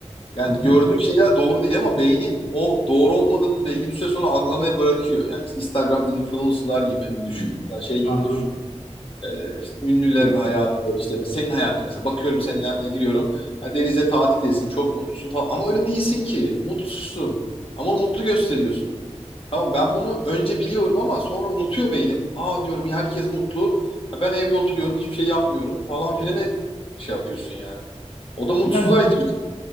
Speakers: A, on the left; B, on the left.
A: Yani
B: Hı hı.
A: gördüğün şeyler doğru değil ama beynin o doğru olmadığını belli bir süre sonra algılamaya bırakıyor. Yani Instagram influencer'lar gibi
B: Hmm,
A: düşün. Mesela şey gibi
B: Anladım.
A: düşün. Ee, işte ünlülerin
B: Evet.
A: hayatı, işte senin hayatın mesela. Bakıyorum senin hayatına giriyorum. Ha, denize tatildesin, çok mutlusun falan. Ama öyle değilsin ki. Mutsuzsun. Ama onu mutlu gösteriyorsun. Tamam ben bunu önce biliyorum ama sonra unutuyor beynim. Aa diyorum ya herkes mutlu. Ha, ben evde oturuyorum, hiçbir şey yapmıyorum falan filan e, şey yapıyorsun yani. O da mutsuzluğa
B: Ya
A: itiyor.